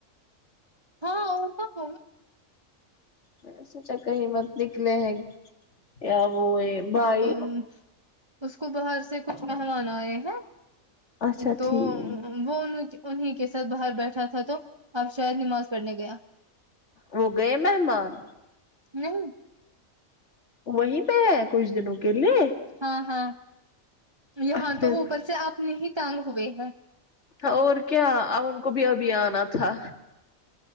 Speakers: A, on the right; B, on the left.
A: ہاں اور کا ہو
B: میں نے سوچا کہیں مت نکلے ہیں یا وہ یہ بھائی
A: ہوں اس کو باہر سے کچھ مہمان آئے ہیں
B: اچھا
A: تو
B: ٹھیک
A: وہ ان انہیں کے ساتھ باہر بیٹھا تھا تو اب شاید نماز پڑھنے گیا
B: وہ گئے مہمان
A: نہیں
B: وہی پے ہے کچھ دنوں کے لیے
A: ہاں ہاں یہاں
B: اچھا
A: تو اوپر سے اپنا ہی ٹانگ ہوئے ہے
B: اور کیا اب ان کو بھی ابھی آنا تھا